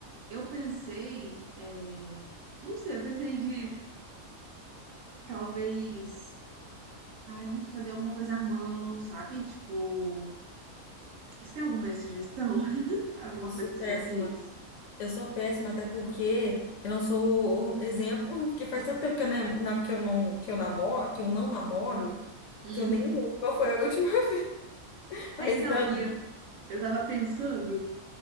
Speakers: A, on the right (about 65°); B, on the left (about 70°).
A: Eu pensei, é, não sei, eu pensei de talvez, ai, não sei, fazer alguma coisa à mão, sabe? Tipo, você tem alguma sugestão? <laughs> Alguma
B: Nossa,
A: coisa
B: sou
A: que
B: péssima.
A: você já fez?
B: Eu sou péssima até porque eu não sou o exemplo, <laughs> porque faz tanto tempo que eu, nem- na- que eu não que eu namoro, que eu não namoro,
A: Hum.
B: que eu nem lembro qual foi a última <laughs> vez. Faz
A: É, então,
B: anos.
A: e eu, eu tava pensando